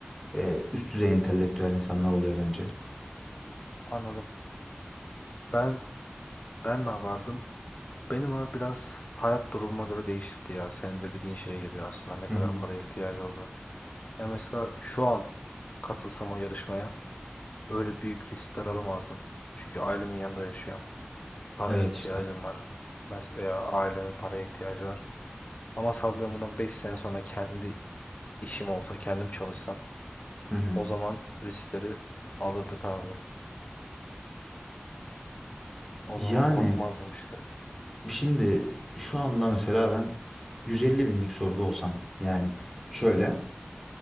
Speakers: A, in the centre; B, on the left.
A: e, üst düzey entelektüel insanlar oluyor bence.
B: anladım. Ben ben ne yapardım? Benim abi biraz hayat durumuma göre değişirdi ya. Senin de dediğin şeye geliyor aslında. Ne
A: Hı
B: kadar
A: hı.
B: paraya ihtiyacı olduğun. Ya mesela şu an katılsam o yarışmaya öyle büyük riskler alamazdım. Çünkü ailemin yanında yaşıyorum. Bir paraya
A: Evet
B: ihtiyacım
A: işte.
B: var. Mes- Veya ailemin paraya ihtiyacı var. Ama sallıyorum bundan 5 sene sonra kendi işim olsa, kendim çalışsam
A: Hı hı.
B: o zaman riskleri alırdık abi. O
A: Yani
B: zaman korkmazdım işte.
A: Şimdi şu anda mesela ben 150 binlik soruda olsam yani şöyle